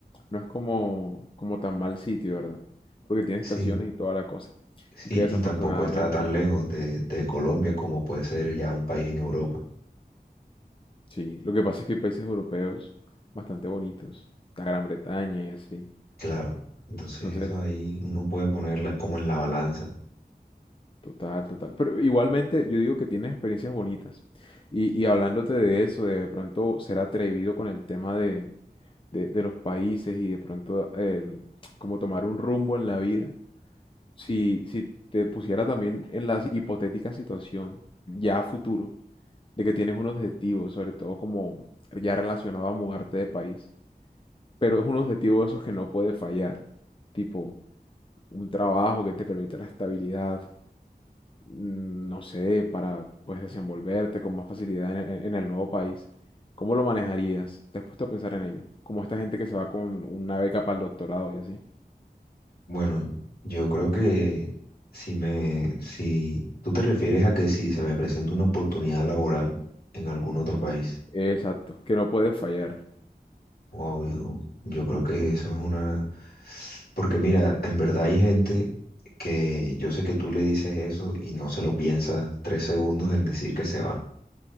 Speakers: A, on the left (about 30°); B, on the left (about 65°).
A: no es como, como tan mal sitio, ¿verdad? Porque tiene
B: sí,
A: estaciones y toda la cosa.
B: sí,
A: Aunque desafortunadamente,
B: y tampoco está tan lejos de, de Colombia como puede ser ya un país en Europa,
A: sí. Lo que pasa es que hay países europeos bastante bonitos. La Gran Bretaña y así.
B: claro, entonces
A: Entonces,
B: eso ahí uno puede ponerla en- como en la balanza.
A: Total, total. Pero igualmente yo digo que tienes experiencias bonitas. Y, y hablándote de eso, de pronto ser atrevido con el tema de, de, de los países y de pronto eh, como tomar un rumbo en la vida, si, si te pusiera también en la hipotética situación ya a futuro, de que tienes un objetivo, sobre todo como ya relacionado a mudarte de país, pero es un objetivo de esos que no puede fallar, tipo un trabajo que te permite la estabilidad, mm, no sé, para pues desenvolverte con más facilidad en, e- en el nuevo país, ¿cómo lo manejarías? ¿Te has puesto a pensar en ello? Como esta gente que se va con una beca para el doctorado y así.
B: Bueno, yo creo que si me, si tú te refieres a que si se me presenta una oportunidad laboral en algún otro país,
A: Exacto, que no puede fallar.
B: Wow, yo, yo creo que eso es una... Porque mira, en verdad hay gente que yo sé que tú le dices eso y no se lo piensa tres segundos en decir que se va.